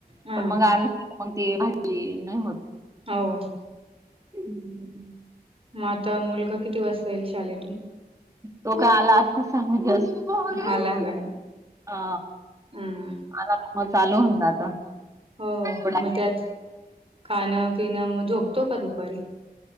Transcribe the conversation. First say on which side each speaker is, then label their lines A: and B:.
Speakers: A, on the right (about 35°); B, on the right (about 20°).
A: हा
B: पण मग कोणती भाजी नाही होत.
A: हो.
B: <unintelligible>
A: म आता मुलगा किती वाजता येईल शालेेतून
B: तो का आला आत्ताच <unintelligible>
A: आला काय
B: हा
A: हम्म
B: आला की मग चालू होऊन जातं.
A: हो
B: थोडा
A: मग त्यात खाणं पिणं मग झोपतो का दुपारी.